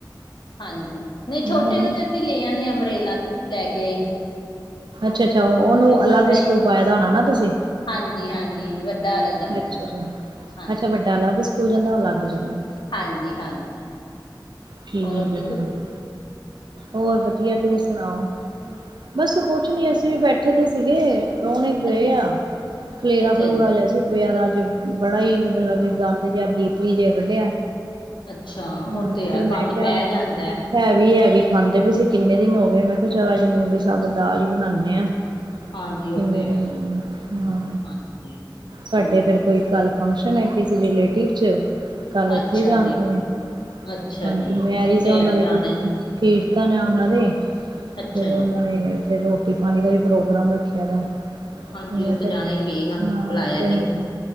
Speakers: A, on the left; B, on the right.
A: ਹਾਂਜੀ ਨਹੀਂ ਛੋਟੇ
B: ਉਹੀ ਨਾ।
A: ਨੂੰ ਤੇ ਅਸੀਂ ਲੈ ਆਦੇ ਅੰਬਰੇਲਾ ਲੈ ਕੇ
B: ਅੱਛਾ ਅੱਛਾ ਉਹਨੂੰ
A: ਬਈ
B: ਅਲੱਗ
A: ਵੱਡਾ ਹੀ
B: ਸਕੂਲ ਪਾਏ ਦਾ ਹੋਣਾ ਨਾ ਤੁਸੀਂ
A: ਹਾਂਜੀ ਹਾਂਜੀ ਵੱਡਾ ਅਲੱਗ ਜਾਂਦਾ
B: ਅੱਛਾ ਅੱਛਾ
A: ਹਾਂਜੀ
B: ਅੱਛਾ ਵੱਡਾ ਅਲੱਗ ਸਕੂਲ ਜਾਂਦਾ ਅਲੱਗ ਜਾਂਦਾ
A: ਹਾਂਜੀ ਹਾਂਜੀ
B: ਠੀਕ
A: ਹੋਰ ਜੀ
B: ਆ ਠੀਕ
A: ਤੁਸੀਂ
B: ਆ ਹੋਰ ਵਧੀਆ ਤੁਸੀਂ ਸੁਣਾਓ ਬਸ ਕੁਛ ਨੀ ਅਸੀਂ ਵੀ ਬੈਠੇ ਦੇ ਸੀਗੇ ਪ੍ਰਾਹੁਣੇ ਗਏ
A: ਅ
B: ਆ ਖਲੇਰਾ
A: ਅੱਛਾ
B: ਖਲੂਰਾ
A: ਜੀ
B: ਜਿਹਾ ਸੀ ਅੱਜ ਬੜਾ ਹੀ ਮਤਲਬ
A: ਅੱ-
B: ਗੰਦ ਜ ਡੀਪੀ ਜੇ ਕੱਢਿਆ
A: ਅੱਛਾ
B: ਹੂੰ
A: ਉਹ ਤੇ ਹੈ
B: ਫਿਰ ਮੈਂ
A: ਗੰਦ
B: ਕਿਹਾ
A: ਪੈ ਜਾਂਦਾ
B: ਹੈ ਵੀ ਹੈ ਵੀ ਖਾਂਦੇ ਪ ਅ ਕਿੰਨੇ ਦਿਨ ਹੋ ਗਏ ਮੈਂ ਕਿਹਾ ਚਲ ਅੱਜ ਮੂੰਗੀ ਸਾਗ ਦਾਲ ਹੀ ਬਣਾਉਦੇ ਆਾਂ
A: ਹਾਂਜੀ
B: ਕਿੰਨੇ
A: ਉਹ ਤੇ
B: ਦਿ
A: ਹੈ
B: ਹ
A: ਹਾਂਜੀ
B: ਸਾਡੇ
A: ਹੋਰ
B: ਫਿਰ ਕੋਈ ਗੱਲ ਫੰਕਸ਼ਨ ਹੈ ਕਿਸੇ ਰਿਲੇਟਿਵ ਚ ਕੱਲ ਉੱਥੇ
A: ਅੱਛਾ
B: ਜਾਣਾ
A: ਜੀ
B: ਵੈਂ
A: ਅੱਛਾ
B: ਹਾਂਜੀ
A: ਜੀ
B: ਮੈਰਿਜ
A: ਉਹ ਤੇ
B: ਆ ਉਹਨਾਂ
A: ਹੈ
B: ਦੇ
A: ਜਾਣਾ ਹੀ
B: ਕੀਰਤਨ ਹੈ ਉਹਨਾਂ ਦੇ
A: ਅੱਛਾ
B: ਫਿਰ
A: ਜੀ
B: ਉਹਨਾਂ ਨੇ ਫਿਰ ਰੋਟੀ ਪਾਣੀ ਦਾ ਵੀ ਪ੍ਰੋਗਰਾਮ ਰੱਖਿਆ ਵਾ
A: ਹਾਂਜੀ
B: ਮੈਂ
A: ਉਹ ਤੇ
B: ਕਿਹਾ
A: ਜਾਣਾ ਹੀ ਪਏਗਾ
B: ਹਾਂ
A: ਬੁਲਾਇਆ
B: ਤੇ ਮੈਂ ਕਿਹਾ